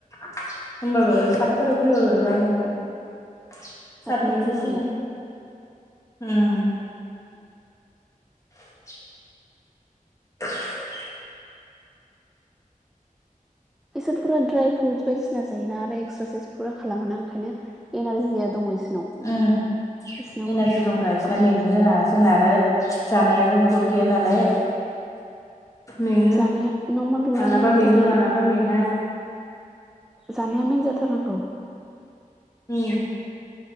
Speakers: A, on the left; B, in the centre.
A: होमबाबो सातफोराव फैबाबो जाहैगोन आरो।
B: सातफ्राव
A: सारनै
B: फैबाबो
A: एसो सिगां उम। <unintelligible> <inaudible>
B: इसोर फुरा ड्राय फ्रुइटस बायदिसिना जायोना आरो एक्सारसाइस फुरा खालामोना ओंखायनो एनारजिया दङ इसोरनाव
A: उम
B: बिसोरनावबो
A: एनारजि दंब्रा इसोरना मेंनो जोंहा जोंना आरो जानायाबो गद गैया नालाय मेंङो
B: जानाया
A: ।
B: नर्माल
A: मालाबा
B: रानिंनि
A: मेंङो
B: थाखाय
A: मालाबा मेंङा ।
B: जानाया मेन जाथारनांगौ
A: उ